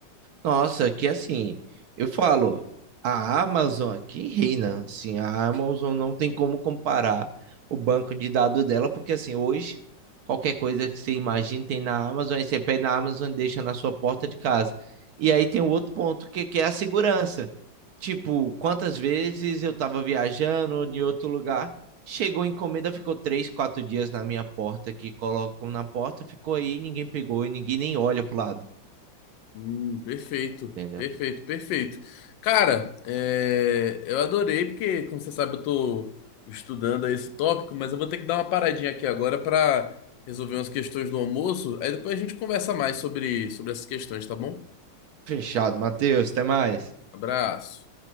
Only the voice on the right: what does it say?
Nossa, que assim, eu falo, a Amazon aqui reina, assim, a Amazon não tem como comparar o banco de dados dela, porque assim, hoje, qualquer coisa que você imagine tem na Amazon, aí você pede na Amazon e deixa na sua porta de casa. E aí tem o outro ponto, que, que é a segurança. Tipo, quantas vezes eu tava viajando em outro lugar, chegou a encomenda, ficou três, quatro dias na minha porta, que colocam na porta, ficou aí, ninguém pegou e ninguém nem olha pro lado,
entendeu?
Fechado, Matheus. Até mais.